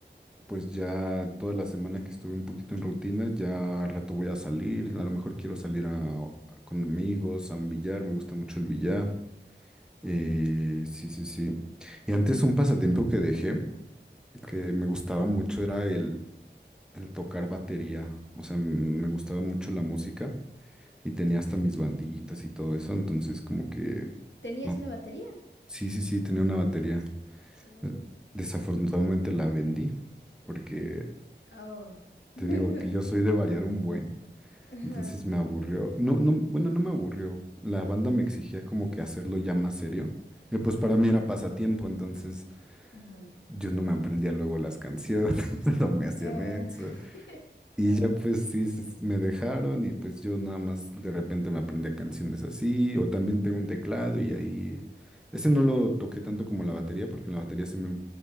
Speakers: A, in the centre; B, on the left.
A: pues ya toda la semana que estuve un poquito en rutina, ya al rato voy a salir, a lo mejor quiero salir a- a- con amigos, a un billar, me gusta mucho el billar. Eh,
B: Mm,
A: sí, sí, sí. Y antes un pasatiempo que dejé, que me gustaba mucho, era el, el tocar batería. O sea, me gustaba mucho la música. y tenía hasta mis banditas y todo eso, entonces como que,
B: ¿Tenías
A: no,
B: una batería?
A: sí, sí, sí, tenía una batería.
B: Uy.
A: Eh, Desafortunadamente la vendí, porque
B: Oh.
A: te
B: <laughs>
A: digo que yo soy de variar un buen,
B: Ajá.
A: entonces me aburrió. No, no, bueno, no me aburrió. La banda me exigía como que hacerlo ya más serio. Y pues para mí era pasatiempo, entonces
B: Ajá.
A: yo no me aprendía luego las canciones, <laughs> no me hacía
B: Eh,
A: menso.
B: <laughs>
A: Y
B: Claro.
A: ya pues sí, se- me dejaron y pues yo nada más de repente me aprendía canciones así, o también tengo un teclado y ahí, ese no lo toqué tanto como la batería, porque en la batería se me